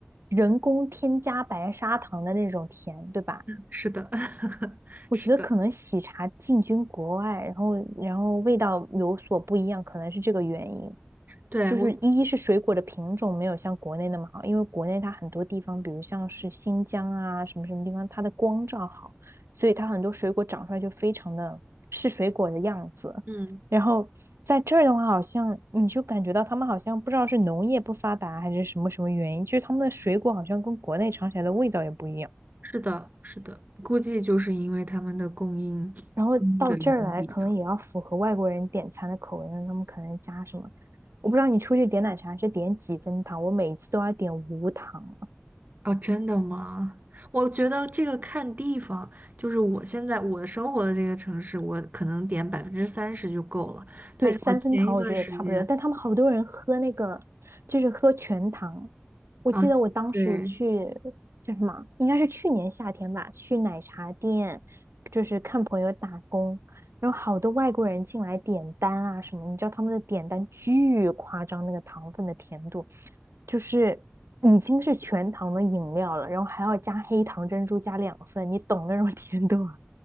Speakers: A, on the right; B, on the right.
A: 人工添加白砂糖的那种甜，对吧？
B: 是的，<laughs>
A: 我觉得可能喜茶进军国外，
B: 是的，
A: 然后然后味道有所不一样，可能是这个原因。
B: 对，
A: 就是一是水果的品种没有像国内那么好，
B: 我，
A: 因为国内它很多地方，比如像是新疆啊什么什么地方，它的光照好，所以它很多水果长出来就非常的是水果的样子。
B: 嗯，
A: 然后在这儿的话，好像你就感觉到他们好像不知道是农业不发达还是什么什么原因，就是他们的水果好像跟国内尝起来的味道也不一样。
B: 是的，是的，估计就是因为他们的供应供应的源不一样。
A: 然后到这儿来，可能也要符合外国人点餐的口味，让他们可能加什么？我不知道你出去点奶茶是点几分糖，我每次都要点无糖。
B: 哦，真的吗？我觉得这个看地方，就是我现在我生活的这个城市，我可能点百分之三十就够了。但是我前一段时间
A: 对，三分糖我觉得也差不多，但他们好多人喝那个，就是喝全糖。我记得我当时去
B: 啊，对。
A: 叫什么，应该是去年夏天吧，去奶茶店，就是看朋友打工，然后好多外国人进来点单啊什么，你知道他们的点单巨夸张，那个糖分的甜度，就是已经是全糖的饮料了，然后还要加黑糖珍珠加两份，你懂那种 <laughs> 甜度吗？